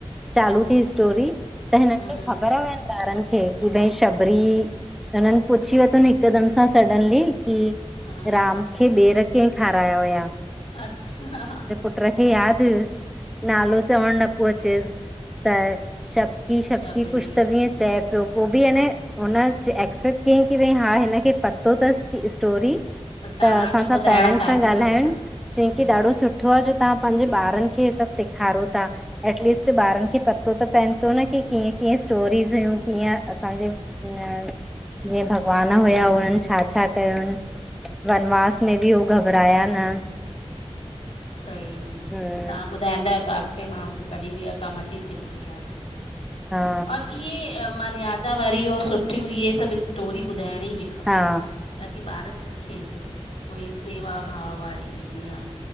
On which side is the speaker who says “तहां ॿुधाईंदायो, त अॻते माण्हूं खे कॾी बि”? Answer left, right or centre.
Left